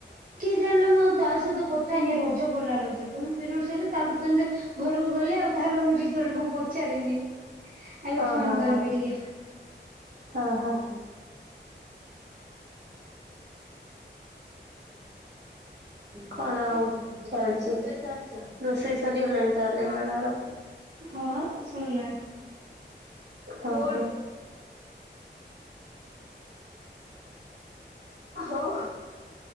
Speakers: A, on the right; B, on the right.
A: କିଏ ଜାଣିଲା ମୁଁ ଆଉ ତା ସହିତ କଥା ହେଇନି ରଜ ପଡିଲା ରଜରେ ତ ମୁଁ ପିରିଅଡସ ହେଲି ତାପରେ ତ ଏମିତି ଘରକୁ ଗଲି ଆଉ ତାର ରିଜଲ୍ଟ ମୁଁ ପଚାରିନି ଏବେ
B: ହଁ
A: ଫୋନ
B: ହଁ
A: କରିବି
B: ହଁ।
A: ଟିକେ।
B: ହଁ ହ ହଁ। କଣ ଆଉ ଚାଲିଛି। ରୋଷେଇ ସରିଗଲାଣି ତାହେଲେ ଏମାନଙ୍କର।
A: ହଁ ସରିଲାଣି
B: ହଉ। ହଉ